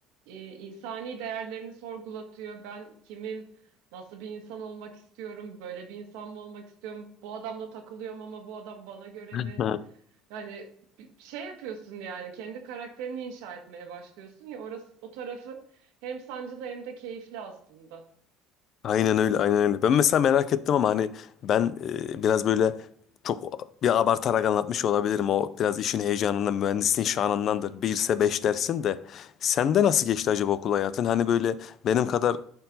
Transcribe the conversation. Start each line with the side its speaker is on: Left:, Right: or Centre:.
Right: e, insani değerlerini sorgulatıyor. Ben kimim? Nasıl bir insan olmak istiyorum? Böyle bir insan mı olmak istiyorum? Bu adamla takılıyorum ama bu adam bana göre mi?
Left: <laughs>
Right: Yani bir şey yapıyorsun yani kendi karakterini inşa etmeye başlıyorsun ya orası o tarafı hem sancılı hem de keyifli aslında.
Left: Aynen öyle, aynen öyle. Ben mesela merak ettim ama hani ben e, biraz böyle çok bir abartarak anlatmış olabilirim. O biraz işin heyecanından, mühendisliğin şanındandır. Bir Birse beş dersin de. Sende nasıl geçti acaba okul hayatın? Hani böyle benim kadar